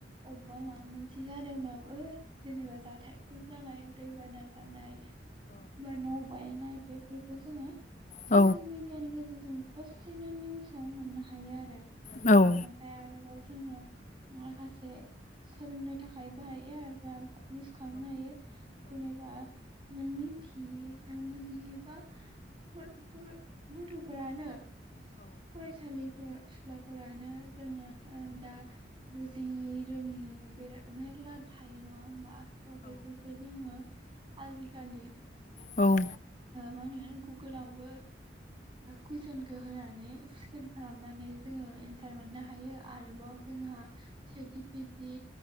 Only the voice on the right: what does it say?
अबेबा माबा मोनसे जादोंबाबो जेनेबा जाथायफोर जानाय दैबाना जानाय बा न' बायनाय बेफोरखौ जोंङो ससियेल
मिडिया मिडियानि गेजेरजों दसेनो निउसाव मोननो हायो आरो
ओमफ्राय आरोबाव जोंङो माखासे सोलोंनो थाखाय बाहायो आरो दा इउस खालामनो हायो जेनेबा नों मिन्थि नों बुजियोबा गथ'फोरानो फरायसालि फरायसुलाफोरानो जोंङो दा बुजि रोङि मेर्ला थायो नंङा होमबा थ' बेफोरफोरखौ जोंङो आजिखालि
मानो गुगोलावबो कुइसनखौ होनानै स्केन खालामनानै जोंङो एन्सार मोननो हायो। आरोबाव जोंहा सेद जिपिटि